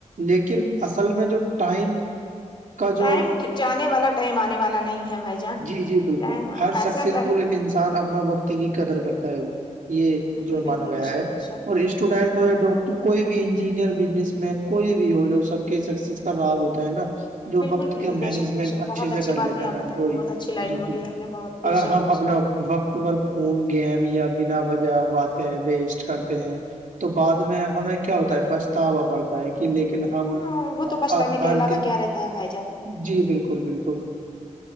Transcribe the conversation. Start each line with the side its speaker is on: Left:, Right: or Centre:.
Right: لیکن اصل میں جو ٹائم کا جو
Left: ٹائم جانے والا ٹائم آنے والا نہیں ہے بھائی جان
Right: جی جی بالکل
Left: ٹائم
Right: ہر
Left: ایسا
Right: سکسیسفل
Left: کرے
Right: انسان اپنا وقتی کی قدر کرتا ہے یہ
Left: بالکل
Right: جو
Left: بالکل
Right: مانا گیا
Left: بے
Right: ہے
Left: شک
Right: اور
Left: بے شک
Right: اس اسٹوڈینٹ ہو یا ڈاکٹر کوئی بھی سینئر بزنس مین کوئی بھی ہو جو سب کے سکسیس کا راج ہوتا ہے نا جو
Left: بالکل
Right: وقت
Left: بالکل
Right: کے مینجمنٹ
Left: بے شک بے شک بہت
Right: اچھے سے
Left: اچھی
Right: کر
Left: بات
Right: لیتا
Left: نہیں آپ
Right: نا
Left: بتائی
Right: وہی
Left: بہت اچھی لائن
Right: جی
Left: بولی آپ نے بہت بے
Right: اگر
Left: شک
Right: ہم
Left: بے
Right: اپنا
Left: شک
Right: وقت تمہار فون گیم یا بنا وجہ باتیں ہیں ویسٹ کرتے ہیں تو بعد میں ہمیں کیا ہوتا ہے پچھتاوا پڑتا کہ لیکن ہم
Left: ہاں وہ تو پچھتانے کے
Right: ہر
Left: علاوہ
Right: دن
Left: کیا رہتا ہے بھائی جان
Right: جی بالکل بالکل